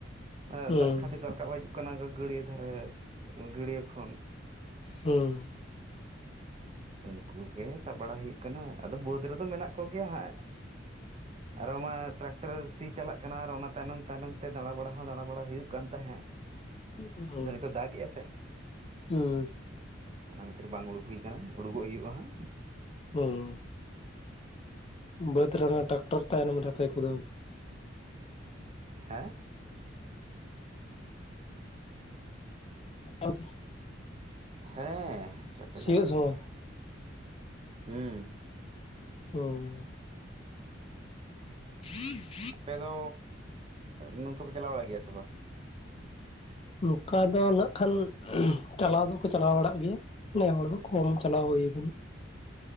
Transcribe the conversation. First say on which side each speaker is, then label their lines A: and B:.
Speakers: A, on the right (about 35°); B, on the left (about 30°).
A: ᱢᱟᱱᱮ
B: ᱦᱩᱸ
A: ᱫᱟᱜ ᱠᱷᱟᱹᱛᱤᱨ ᱠᱚ ᱨᱟᱠᱟᱵ ᱦᱤᱡᱩᱜ ᱠᱟᱱᱟ ᱜᱟᱹᱲᱭᱟᱹ ᱫᱷᱟᱨᱮ ᱜᱟᱹᱲᱭᱟᱹ ᱠᱷᱚᱱ᱾
B: ᱦᱩᱸ
A: ᱩᱱᱠᱩ ᱜᱮ ᱥᱟᱵ ᱵᱟᱲᱟ ᱦᱩᱭᱩᱜ ᱠᱟᱱᱟ ᱟᱫᱚ ᱵᱟᱹᱫᱽ ᱨᱮᱫᱚ ᱢᱮᱱᱟᱜ ᱠᱚᱜᱮᱭᱟ ᱦᱟᱸᱜ᱾ ᱟᱨᱚ ᱢᱟ ᱴᱨᱟᱠᱴᱟᱨ ᱥᱤ ᱪᱟᱞᱟᱜ ᱠᱟᱱᱟ ᱟᱨ ᱚᱱᱟ ᱛᱟᱭᱱᱚᱢ ᱛᱟᱭᱱᱚᱢ ᱛᱮ ᱫᱟᱬᱟ ᱵᱟᱟᱲ ᱦᱚᱸ ᱫᱟᱬᱟ ᱵᱟᱟᱲ ᱦᱩᱭᱩᱜ ᱠᱟᱱ ᱛᱟᱦᱮᱸᱫ᱾
B: ᱦᱩᱸ
A: ᱟᱫᱚ ᱱᱤᱛᱚᱜ ᱫᱟᱜ ᱮ-ᱟ ᱥᱮ?
B: ᱦᱩᱸ
A: ᱚᱱᱟ ᱠᱷᱟᱹᱛᱤᱨ ᱵᱟᱝ ᱩᱰᱩᱠ ᱦᱩᱭ ᱟᱠᱟᱱᱟ, ᱩᱰᱩᱠᱚᱜ ᱦᱩᱭᱩᱜᱼᱟ ᱦᱟᱸᱜ᱾
B: ᱦᱩᱸ ᱵᱟᱹᱫᱽ ᱨᱮ ᱴᱨᱟᱠᱴᱚᱨ ᱛᱟᱦᱮᱱᱢᱯᱮ ᱠᱩᱫᱟᱹᱣᱟ?
A: ᱦᱮᱸ
B: <inaudible>
A: ᱦᱮᱸ ᱴᱨᱟᱠᱴᱚᱨ
B: ᱥᱤᱭᱳᱜ
A: ᱪᱟᱞᱟᱜ
B: ᱥᱚᱢᱚᱭ
A: ᱜᱮᱭᱟ ᱦᱮᱸ,
B: ᱦᱩᱸ <inaudible>
A: ᱟᱯᱮ ᱫᱚ ᱱᱚᱝᱠᱟ ᱯᱮ ᱪᱟᱞᱟᱣ ᱵᱟᱲᱟ ᱜᱮᱭᱟ ᱥᱮ ᱵᱟᱝ?
B: ᱱᱚᱝᱠᱟ ᱫᱚ ᱱᱟᱜ ᱠᱷᱟᱱ ᱪᱟᱞᱟᱣ ᱫᱚᱠᱚ ᱪᱟᱞᱟᱣ ᱵᱟᱲᱟᱜ ᱜᱮᱭᱟ᱾ ᱱᱮ ᱦᱚᱲ ᱫᱚ ᱠᱚᱢ ᱪᱞᱟᱣ ᱦᱩᱭ ᱠᱟᱱᱟ᱾